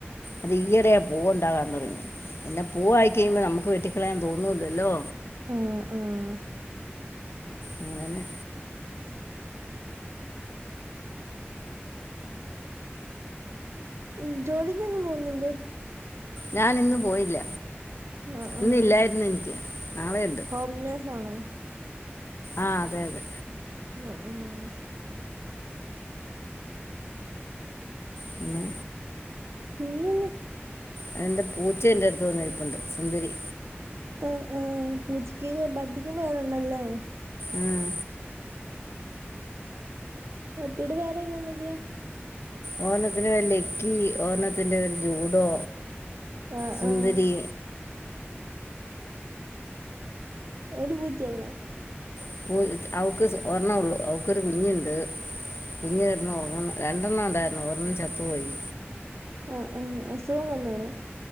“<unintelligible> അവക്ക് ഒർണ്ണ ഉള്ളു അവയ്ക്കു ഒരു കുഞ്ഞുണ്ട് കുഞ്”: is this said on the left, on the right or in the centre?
Left